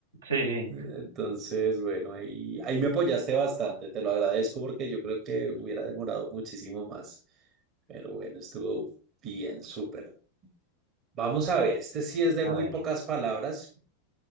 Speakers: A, on the right; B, on the right.
A: Sí,
B: Entonces, bueno, ahí, ahí me apoyaste bastante, te lo agradezco porque yo creo que hubiera demorado muchísimo más, pero bueno, estuvo bien, súper. Vamos a ver, este sí es de
A: a
B: muy
A: ver,
B: pocas palabras,